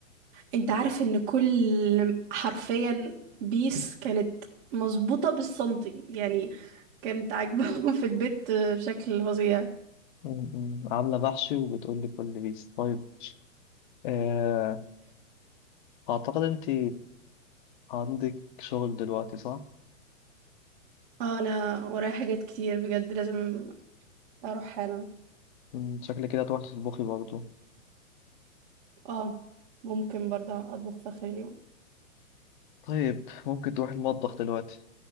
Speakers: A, on the right; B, on the left.
A: انت عارف ان كل حرفيا بيس كانت مظبوطة بالسنتي يعني كانت عاجباهم في البيت بشكل فظيع
B: م- م. عاملة بحثي وبتقولي كل بيس طيب آه، أعتقد أنت عندك شغل دلوقتي صح؟
A: اه انا ورايا حاجات كتير بجد لازم اروح حالا
B: م، شكلك كده هتروحي تطبخي برضه
A: اه ممكن برضه اطبخ في اخر اليوم
B: طيب ممكن تروحي المطبخ دلوقتي